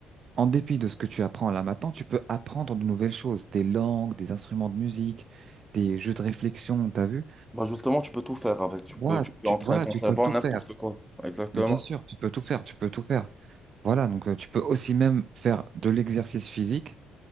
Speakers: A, on the right (about 50°); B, in the centre.
A: En dépit de ce que tu apprends là maintenant, tu peux apprendre de nouvelles choses, des langues, des instruments de musique, des jeux de réflexion, t'as vu?
B: Bah justement, tu peux tout faire avec. Tu
A: Voilà,
B: peux, tu peux
A: tu,
B: entraîner
A: voilà,
B: ton
A: tu
B: cerveau
A: peux tout
B: à n'importe
A: faire.
B: quoi. Exactement.
A: Mais bien sûr, tu peux tout faire, tu peux tout faire. Voilà, donc euh, tu peux aussi même faire de l'exercice physique.